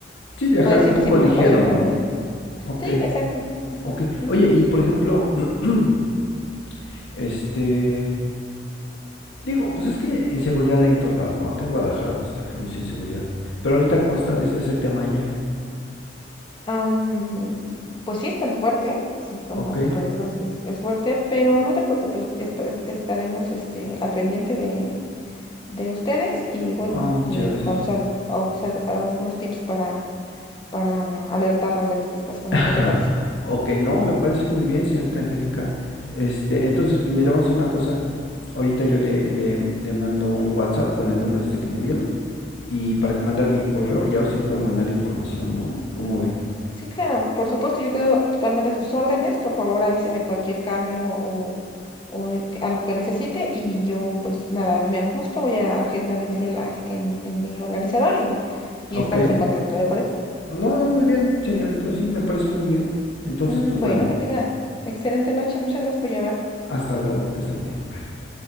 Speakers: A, on the left; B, on the left.
A: Sí, viajar
B: puedes
A: un
B: irte
A: poco
B: sin preocupación
A: ligero, ¿no?
B: alguna.
A: Ok,
B: Sí, exacto, exacto.
A: ok.
B: Ujú.
A: Oye, y por ejemplo, <clears throat> este, digo, pues es que inseguridad hay en todos lados, ¿no? Acá en Guadalajara, pues también hay mucha inseguridad. Pero ahorita, ¿cómo está ese ese tema ya?
B: Am, pues sí es tan fuerte, sí, como
A: Ok.
B: reitero, sí es, es fuerte, pero no te preocupes, esp- es- estaremos este, al pendiente de, de ustedes y bueno,
A: Ah, muchas
B: eh,
A: gracias.
B: vamos a, a usar algunos tips para, para alertarnos de t- estas cosas,
A: <laughs>
B: ¿qué te parece?
A: Ok, no, me parece muy bien, señorita Angélica. Este, entonces, pues mira, vamos a hacer una cosa. Ahorita yo le, le, le mando un WhatsApp con el número este que me dieron y para que mandarle mi correo y a ver si me puede mandar la información, ¿no? ¿Cómo ve?
B: Sí, claro, por supuesto, yo quedo totalmente a sus órdenes, por favor avíseme cualquier cambio o, o que- algo que necesite y yo pues nada, me ajusto, voy a agendar el día en, la- en, en mi organizador y, y
A: Ok.
B: estamos en contacto, ¿le parece?
A: No, no, muy bien, señorita, sí, me parece muy bien. Entonces,
B: Mm,
A: pues bueno,
B: Bueno, que tenga excelente noche. Muchas gracias por llamar.
A: hasta luego, que esté muy bien, bye.